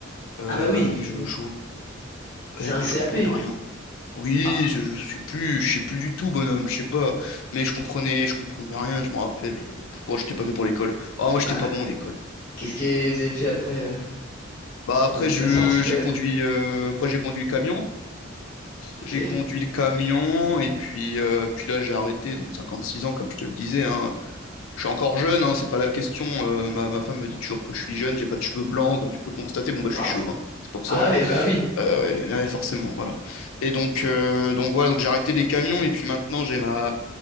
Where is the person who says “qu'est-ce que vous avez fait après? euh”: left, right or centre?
Left